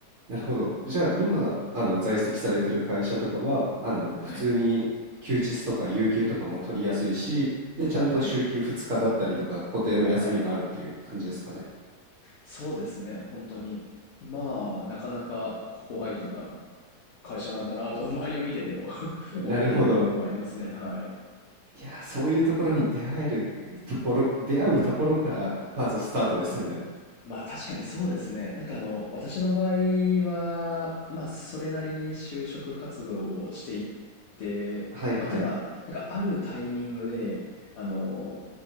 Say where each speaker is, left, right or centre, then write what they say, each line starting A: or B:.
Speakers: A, on the right; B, on the left.
A: なるほど。じゃあ、今、あの、在籍されてる会社とかは、あの、普通に休日とか有給とかも取りやすいし、
B: はい。
A: で、ちゃんと週休2日だったりとか、
B: はい。
A: 固定の休みがあるっていう感じですかね。
B: はい。そうですね、本当に。まあ、なかなかホワイトな会社なんだなと、周りを見てても <laughs>
A: なるほど。
B: 思っている部分はありますね。はい。
A: いや、そういうところに出会えるところ、出会うところから、
B: はい。
A: まずスタートですよね。
B: まあ確かにそうですね。なんかあの、私の場合は、まあそれなりに就職活動をしていって、
A: はいはい。
B: まあただ、なんかあるタイミングで、あの、